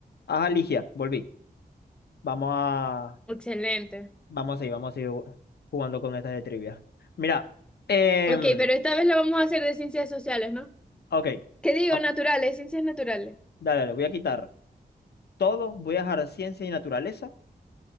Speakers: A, on the left; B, in the centre.
A: Ajá, Ligia, volví. Vamos a,
B: Excelente.
A: vamos a seguir, vamos a seguir jugando con estas de trivia. Mira, em,
B: Ok, pero esta vez lo vamos a hacer de ciencias sociales, ¿no?
A: ok,
B: ¿Qué digo?
A: Vam-
B: Naturales, ciencias naturales.
A: dale, le voy a quitar todo, voy a dejar ciencia y naturaleza